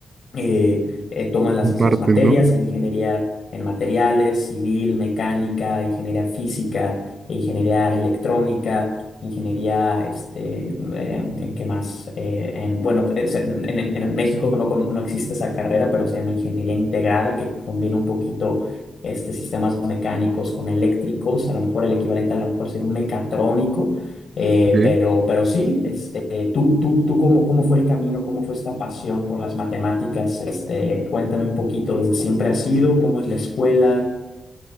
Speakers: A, on the left; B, on the right.
A: eh, eh, toman las
B: en
A: mismas
B: parte,
A: materias,
B: ¿no?
A: hay ingeniería en materiales, civil, mecánica, ingeniería física, ingeniería electrónica, ingeniería, este, eh, ¿en qué más? Eh, en, bueno, es en, en- en México no, con- no existe esa carrera, pero se llama ingeniería integrada, que combina un poquito este, sistemas mecánicos con eléctricos, a lo mejor el equivalente a lo mejor sería un mecatrónico eh,
B: Ok.
A: pero, pero sí, este, tú, tú, tú cómo, cómo fue el camino, cómo fue esta pasión por las matemáticas, este, cuéntame un poquito, ¿desde siempre ha sido? ¿Cómo es la escuela?